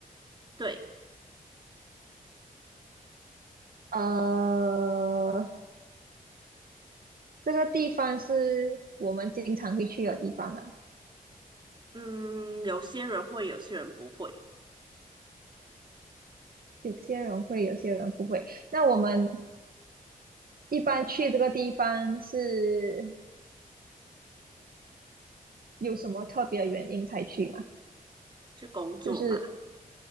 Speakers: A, on the right; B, on the right.
A: 对。
B: 呃，这个地方是我们经常会去的地方嘛？
A: 嗯，有些人会，有些人不会，
B: 有些人会，有些人不会。那我们一般去这个地方是有什么特别的原因才去吗？
A: 去工作吧。
B: 就是